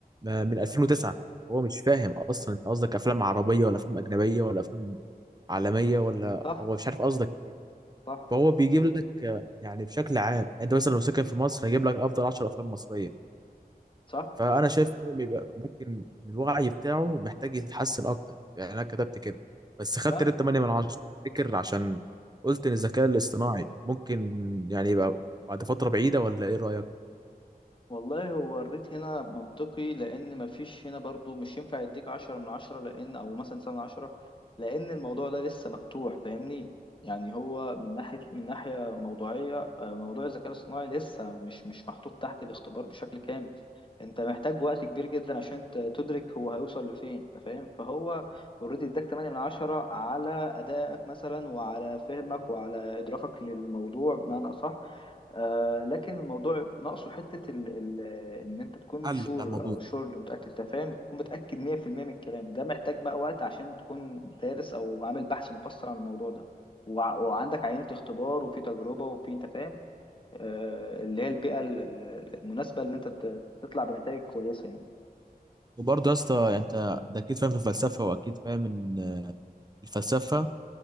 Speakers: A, on the right (about 25°); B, on the left (about 30°).
A: آه، من 2009 هو مش فاهم اصلا انت قصدك افلام عربيه ولا افلام اجنبيه ولا افلام عالميه ولا
B: صح
A: هو مش عارف قصدك ايه
B: صح
A: فهو بيجيب
B: صح
A: لك آه، يعني بشكل عام انت مثلا لو ساكن في مصر هيجيب لك افضل 10 افلام مصريه
B: صح
A: فانا شايف ان هو بيبقى ممكن الوعي بتاعه محتاج يتحسن اكتر يعني انا كتبت كده بس خدت
B: فعلا
A: ريت 8 من 10 تفتكر عشان قلت ان الذكاء الاصطناعي ممكن يعني يبقى بعد فتره بعيده ولا ايه رايك
B: والله هو الريت هنا منطقي لأن مفيش هنا برضو مش ينفع يديك عشرة من عشرة لأن أو مثلا سبعة من عشرة لأن الموضوع ده لسه مفتوح فاهمني يعني هو من ناحية من ناحية موضوعية آه، موضوع الذكاء الاصطناعي لسه مش مش محطوط تحت الاختبار بشكل كامل أنت محتاج وقت كبير جدا عشان ت- تدرك هو هيوصل لفين أنت فاهم فهو اوريدي اداك 8 من عشرة على أدائك مثلا وعلى فهمك وعلى إدراكك للموضوع بمعنى أصح آه لكن الموضوع ناقصه حتة ال ال إن أنت تكون
A: حل
B: شور
A: بتاع الموضوع
B: أو شور اللي متأكد أنت فاهم بتكون متأكد 100% من الكلام ده محتاج بقى وقت عشان تكون دارس أو عامل بحث مفصل عن الموضوع ده وع وعندك عينة اختبار وفي تجربة وفي أنت فاهم آه اللي هي البيئة ال- ال- المناسبة إن أنت ت- تطلع بنتائج كويسة يعني
A: وبرضه يا اسطى يعني انت ده اكيد فاهم في الفلسفه واكيد فاهم ان الفلسفه